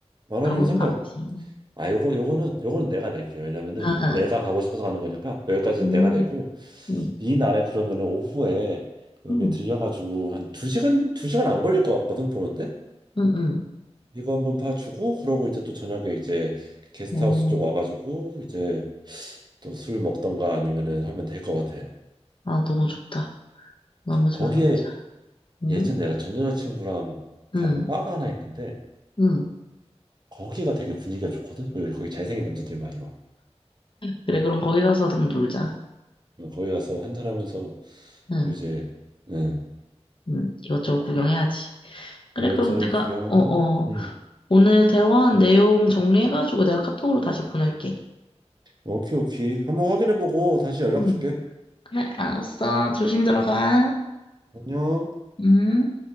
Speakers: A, on the right (about 40°); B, on the left (about 50°).
A: 만
B: 가고도
A: 원이면 상관없.
B: 남지.
A: 아 요거 요거는 요거는 내가 낼게. 요 왜냐면은
B: 아,
A: 내가 가고 싶어서 가는 거니까 여기까지는
B: 음,
A: 내가 내고
B: 음,
A: 이날에 그러면은 오후에 여기
B: 음,
A: 들려가지고 한 두 시간 두 시간 안 걸릴 것 같거든 보는데
B: 음, 음.
A: 이거 한번 봐주고 그러고 이제 또 저녁에 이제 게스트하우스
B: 어,
A: 쪽 와가지고 이제 또 술 먹던가 아니면은 하면 될 것 같아.
B: 아, 너무 좋다. 너무 좋아,
A: 거기에
B: 너무 좋아. 응?
A: 예전에 내가 전 여자친구랑 가본
B: 응,
A: 바가 하나 있는데
B: 응.
A: 거기가 되게 분위기가 좋거든. 거기, 거기 잘생긴 남자들이 많이 와.
B: 그래, 그럼 거기 가서 좀 놀자.
A: 어, 거기 가서 한잔하면서
B: 응,
A: 또 이제 응
B: 응. 이것저것 구경해야지. 그래,
A: 이것저것
B: 그럼 내가,
A: 구경.
B: 어, 어.
A: 응
B: 오늘 대화한 내용 정리해가지고 내가 카톡으로 다시 보낼게.
A: 오케이 오케이 한번 확인해보고 다시 연락
B: 응.
A: 줄게.
B: 그래, 알았어. 조심히 들어가.
A: 안녕.
B: 응?